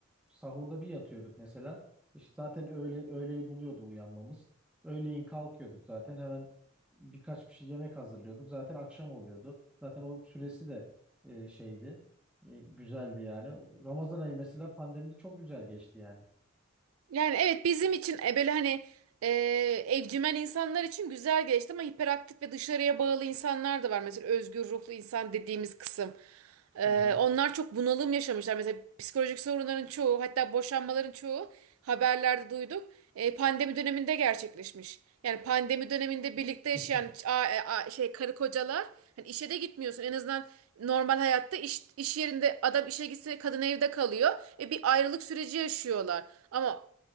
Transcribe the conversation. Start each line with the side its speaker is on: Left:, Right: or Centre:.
Centre: sahurda bir yatıyorduk mesela. İşte zaten öğle, öğleyi buluyordu uyanmamız. Öğleyin kalkıyorduk zaten hemen birkaç bir şey yemek hazırlıyorduk. Zaten akşam oluyordu. Zaten o süresi de e, şeydi. e, güzeldi yani. Ramazan ayı mesela pandemide çok güzel geçti yani.
Right: Yani evet bizim için e, böyle hani e, evcimen insanlar için güzel geçti ama hiperaktif ve dışarıya bağlı insanlar da var. Mesela özgür ruhlu insan dediğimiz kısım. E,
Centre: Hı hı.
Right: onlar çok bunalım yaşamışlar. Mesela psikolojik sorunların çoğu hatta boşanmaların çoğu haberlerde duyduk. e, pandemi döneminde gerçekleşmiş. Yani pandemi döneminde birlikte yaşayan
Centre: <laughs>
Right: ç- a- e, a- şey karı kocalar hani işe de gitmiyorsun. En azından normal hayatta iş, iş yerinde adam işe gitse kadın evde kalıyor. E bir ayrılık süreci yaşıyorlar. Ama